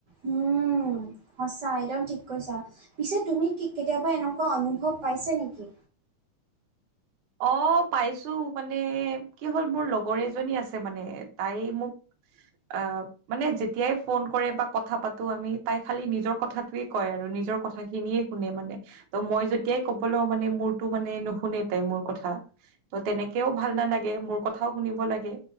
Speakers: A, on the right; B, on the right.
A: হম সঁচা একদম ঠিক কৈছা পিছে তুমি কি কেতিয়াবা এনেকুৱা অনুভৱ পাইছে নেকি?
B: অ পাইছো মানে কি হ'ল মোৰ লগৰ এজনী আছে মানে তাই মোক আ মানে যেতিয়াই ফোন কৰে বা কথা পাতো আমি তাই খালি নিজৰ কথাটোৱে কয় আৰু নিজৰ কথা খিনিয়ে শুনে মানে ত মই যেতিয়াই ক'ব লও মানে মোৰটো মানে নুশুনে। তাই মোৰ কথা ত' তেনেকেও ভাল নালাগে মোৰ কথাও শুনিব লাগে।